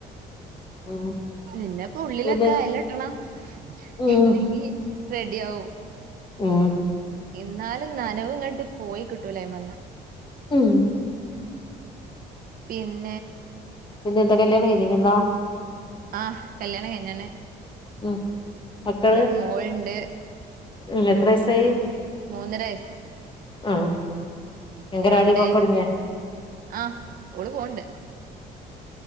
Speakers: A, on the left (about 30°); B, on the right (about 55°).
A: ഉം
B: എന്നന്നെപ്പൊ ഉള്ളിലൊക്കെ
A: പിന്നെ
B: അയല ഇട്ടണം
A: ഉം
B: ഇല്ലേങ്കി റെഡി ആവും
A: ഉം
B: എന്നാലും നനവ് ഇങ്ങട്ട് പോയി കിട്ടൂലൈമേന്ന്
A: ഉയ്
B: പിന
A: പിന്നെ എന്ത കല്യാണം കഞ്ഞിക്കുന്നോ
B: ആഹ് കല്യാണം കഴിഞ്ഞാണ്
A: ഉം മക്കള്
B: ഒരു മോൾ ഉണ്ട്
A: ഉം എത്ര വയസായി
B: മൂന്നര വയസ്
A: ആ അങ്ങന
B: അവിടെ
A: വാടി പോക്കടങ്യോ
B: ആ ഓള് പോണ്ട്